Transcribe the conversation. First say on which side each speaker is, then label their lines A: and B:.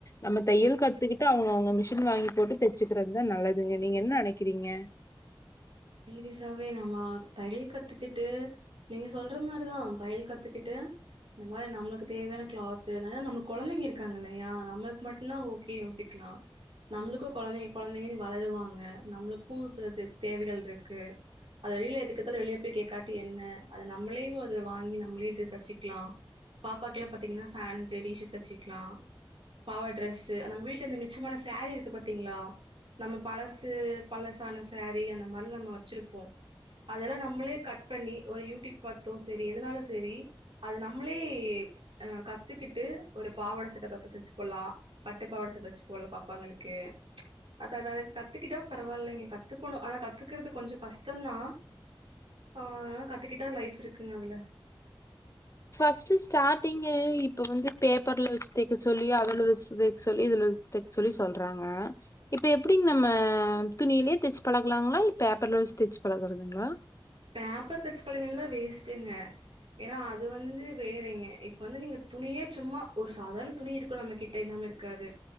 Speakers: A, on the left; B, on the right.
A: நம்ம தையல் கத்துக்கிட்டு அவுங்க அவுங்க மிஷின் வாங்கி போட்டு தெச்சுக்கிறதுதா நல்லதுங்க நீங்க என் நெனைக்கிறீங்க
B: சீரியஸாவே நம்மா தையல் கத்துக்கிட்டு நீங்க சொல்ற மாரிதா தையல் கத்துக்கிட்டு இந்த மாரி நம்மளுக்கு தேவையான கிளாத்து நம்ம கொலந்தைங்க இருக்காங்க இல்லையா நம்மளுக்கு மட்டு்னா ஓகே யோசிக்லா நம்மளுக்கு கொலந்தைங்க கொலந்தைங்க வளருவாங்க நம்மளுக்கு சிலத்தேவைகள் ட்ருக்கு அது வெளில எதுக்கெத்தாலு வெளிய போயி கேக்காட்டி என்ன அத நம்ளேவு அத வாங்கி நம்ளே இத தச்சிக்லா பாப்பாக்குலா பாத்திங்கனா ஃபேண்ட்டு டீ ஷட் தெச்சிக்லா பாவா ட்ரெஸ்ஸு நம் வீட்ல இந்த மிச்சமான சேரி இருக்குபத்திங்ளா நம்ம பலசு பலசான சேரி அந்த மார்ல் நம்ம வெச்சுருப்போ அதலா நம்மளே கட் பண்ணி ஒரு யூடிப் பாத்தோ செரி எதுனாலு செரி அது நம்மளே அ கத்துக்கிட்டு ஒரு பாவாட சட்ட பத்து தெச்சுபோல்லா பட்டு பாவாட ச தெச்சுபோல் பாப்பாங்களுக்கு அதா அதா அத கத்துகிட்டா பரவால்லைங்க கத்துக்கொணு அனா க த்துக்றது கொஞ்ச கஷ்டந்தா ஆ ஆனா கத்துக்கிட்டா லைஃப் இருக்குங்க அதுல
A: ஃபஸ்ட்டு ஸ்டாட்டிங்கே இப்ப வந்து பேப்பர்ல வெச்சு தெக்க சொல்லி அதுல வெச்சு தெக் சொல்லி இதுல வெக் தெக் சொல்லி சொல்றாங்க இப்ப எப்டிங் நம்ம துணிலியே தெச்சு பழகலாங்ளா இல் பேப்பர்ல வெச்சு தெச்சு பழகறதுங்ளா
B: பேப்பர் தெச்சு <unintelligible> வேஸ்ட்டுங்க ஏனா அது வந்து வேறங்க இப்ப வந்து நீங்க துணியே சும்மா ஒரு சாதாரண துணி இருக்கு நம்ம கிட்ட இல்லாம இருக்காது